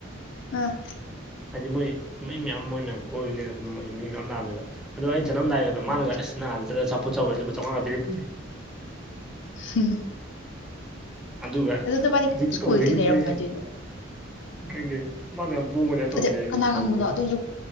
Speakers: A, on the left; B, in the centre.
A: ꯎꯝ
B: ꯍꯥꯏꯗꯤ ꯃꯣꯏ ꯃꯣꯏ ꯃꯌꯥꯝ ꯃꯣꯏ ꯃꯌꯥꯝ ꯀꯣꯏꯕꯅꯤꯅ ꯃꯣꯏ ꯃꯤ ꯃꯌꯥꯝ ꯂꯥꯛꯑꯃꯦꯕ ꯑꯗꯣ ꯑꯩꯅ ꯆꯠꯂꯝꯗꯥꯏꯒ ꯑꯗꯣꯅꯒꯁꯅꯥꯍꯗ
A: ꯑꯣ
B: ꯆꯄ ꯆ ꯆꯥꯎꯈꯒ ꯂꯨꯄꯥ ꯆꯝꯃꯉꯥ ꯄꯔꯛꯄꯅꯤ
A: ꯍꯝ
B: ꯑꯗꯨꯒ
A: ꯅꯕꯥꯅꯤ
B: ꯍꯧꯖꯤꯛꯇꯤ
A: ꯁ꯭ꯀꯨꯜꯗ
B: ꯀꯧꯅꯈꯤꯗ꯭ꯔꯦ
A: ꯇꯤꯟꯅꯩꯔꯣ ꯀꯃꯥꯏꯅ ꯇꯧꯔꯤꯅꯣ
B: ꯀꯪꯦ ꯃꯥꯅ ꯌꯥꯝ ꯄꯣꯝꯕꯅꯦ ꯇꯧꯁꯤꯜꯂꯦ
A: ꯑꯗꯩ
B: ꯑꯩ
A: ꯀꯅꯥ
B: ꯑꯗꯨ ꯁꯥꯎꯅꯤꯡꯕꯣꯏꯅꯦ
A: ꯈꯪꯕꯅꯣ ꯑꯗꯨꯁꯨ